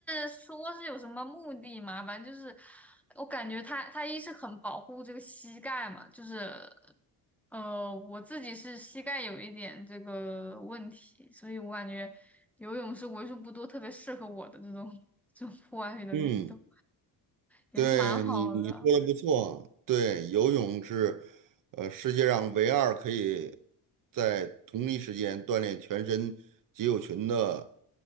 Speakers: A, in the centre; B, on the right (about 55°).
A: 说是有什么目的嘛，反正就是我感觉他他一是很保护这个膝盖嘛，就是呃，我自己是膝盖有一点这个问题，所以我感觉游泳是为数不多特别适合我的这种 <laughs> 这种户外的运动，
B: 嗯。
A: 也是蛮好的。
B: 对你，你说的不错。对，游泳是，呃，世界上唯二可以在同一时间锻炼全身肌肉群的